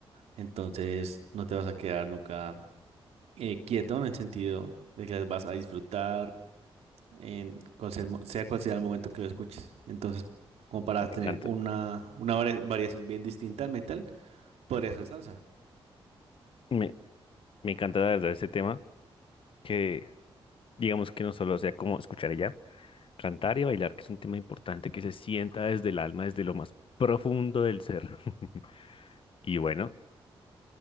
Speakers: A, on the right (about 85°); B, on the left (about 60°).
A: Entonces, no te vas a quedar nunca eh, quieto en el sentido de que las vas a disfrutar, en cual sea, el mo- sea cual sea el momento que lo escuches. Entonces, como para tener
B: encanta.
A: una, una vari- variación bien distinta al metal, podría ser salsa.
B: Me, me encanta la verdad este tema, que digamos que no solo sea como escuchar ella cantar y bailar, que es un tema importante que se sienta desde el alma, desde lo más profundo del ser. <laughs> Y bueno,